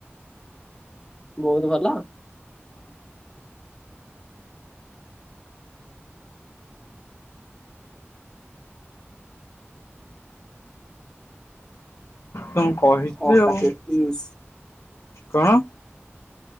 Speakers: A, on the left (about 15°); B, on the left (about 85°).
A: ବହୁତ ଭଲ।
B: ତମ କହିଥିଲି
A: ଛଅଟା
B: ଆଉ।
A: ତେତିଶ।
B: କଣ?